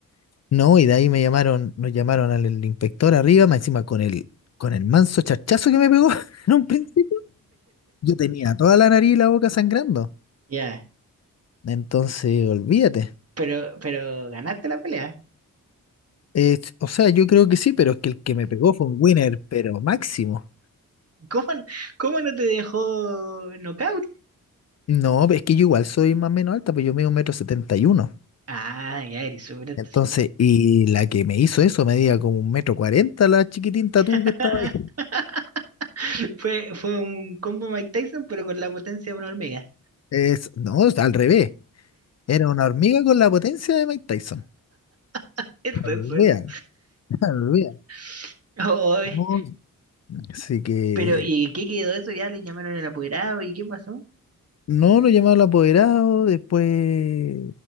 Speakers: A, on the left (about 50°); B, on the right (about 45°).
A: No, y de ahí me llamaron, nos llamaron al, al inspector arriba, más encima con el, con el manso chachazo que me pegó <laughs> en un principio. Yo tenía toda la nariz y la boca sangrando.
B: ya.
A: Entonces, olvídate.
B: Pero, pero ganaste la pelea.
A: Eh, o sea, yo creo que sí, pero es que el que me pegó fue un winner, pero máximo.
B: ¿Cómo, no- cómo no te dejó knockout?
A: No, es que yo igual soy más o menos alta, pues yo mido un metro setenta y uno.
B: Ah, ya, eres súper
A: Entonces, y la que me hizo eso medía como un metro cuarenta la chiquitinta tú
B: <laughs>
A: que estaba ahí.
B: Fue, fue un combo Mike Tyson, pero con la potencia de una hormiga.
A: Es, no, es al revés. Era una hormiga con la potencia de Mike Tyson.
B: <laughs> Eso
A: Olvídalo,
B: es. eso.
A: <laughs> olvídalo.
B: <laughs> Ay,
A: No, así que
B: pero, ¿y en qué quedó eso? Ya le llamaron el apoderado ¿y qué pasó?
A: no lo llamaron al apoderado, después